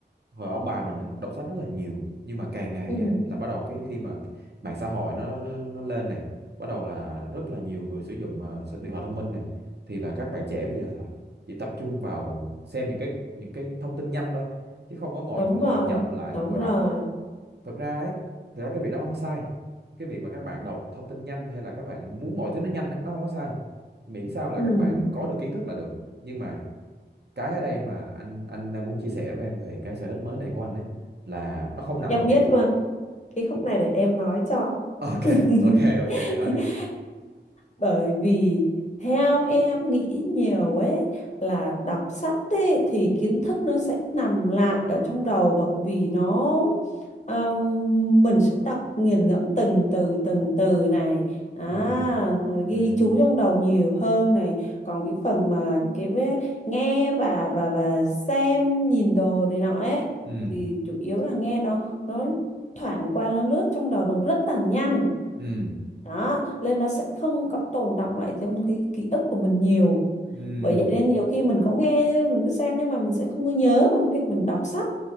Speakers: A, on the right (about 65°); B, on the left (about 40°).
A: hồi ông bà mình á, đọc sách rất là nhiều nhưng mà càng ngày
B: ừ
A: á, là bắt đầu cái khi mà mạng xã hội nó nó lên này bắt đầu là rất là nhiều người sử dụng mà s- điện thoại thông minh này thì là các bạn trẻ bây giờ là chỉ tập trung vào xem những cái những cái thông tin nhanh thôi chứ không có ngồi
B: đúng
A: ngồi
B: rồi
A: chậm lại
B: đúng
A: mà ngồi
B: rồi
A: đọc thực ra ấy thực ra cái việc đó không có sai cái việc mà các bạn đọc thông tin nhanh hay là các bạn muốn mọi thứ nó nhanh ấy, nó không có sai miễn sao là
B: ừ
A: các bạn có được kiến thức là được nhưng mà cái ở đây mà anh anh đang muốn chia sẻ với em về cái sở thích mới này của anh ấy là nó không nằm
B: em
A: ở việc
B: biết luôn cái khúc này để em nói cho
A: <laughs> ok
B: <laughs>
A: ok ok
B: <laughs>
A: em nói đi
B: bởi vì theo em nghĩ nhiều ấy là đọc sách ấy, thì kiến thức nó sẽ nằm lại ở trong đầu bởi vì nó um, mình sẽ đọc nghiền ngẫm từng từ từng từ này à,
A: ừ
B: rồi ghi
A: ừ
B: chú trong đầu nhiều hơn này còn cái phần mà cái vế- nghe và và và xem nhìn đồ này nọ ấy
A: ừ
B: thì chủ yếu là nghe nó nó thoảng qua nó lướt trong đầu nó rất là nhanh
A: ừ
B: đó nên nó sẽ không có tồn đọng lại trong cái ký ức của mình nhiều
A: ừ
B: bởi vậy nên nhiều khi mình có nghe mình có xem nhưng mà mình sẽ không có nhớ bằng cái việc mình đọc sách